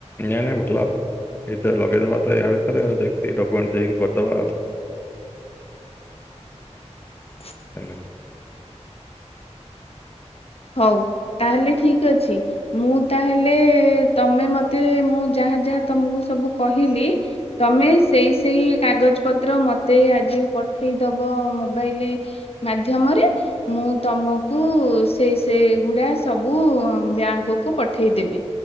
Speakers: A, on the left; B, on the left.
A: ନାଇଁ ନାଇଁ ଭଲ ଏଇତ ଲଗେଇଦବା ତ ୟା ଭିତରେଉ ଦେକି ଡକ୍ୟୁମେଣ୍ଟ ଦେଇକି କରିଦବା ଆଉ।
B: ହ
A: ଚ <unintelligible>
B: ହଉ ତାହେଲେ ଠିକ ଅଛି। ମୁଁ ତାହେଲେ ତମେ ମତେ ମୁଁ ଯାହା ଯାହା ତମକୁ ସବୁ କହିଲି ତମେ ସେଇ ସେଇ କାଗଜ ପତ୍ର ମତେ ଆଜି ପଠେଇଦବ ମୋବାଇଲରେ ମାଧ୍ୟମରେ ମୁଁ ତମକୁ ସେଇ ସେଗୁଡ଼ା ସବୁ ବ୍ୟାଙ୍କକୁ ପଠାଇଦେବି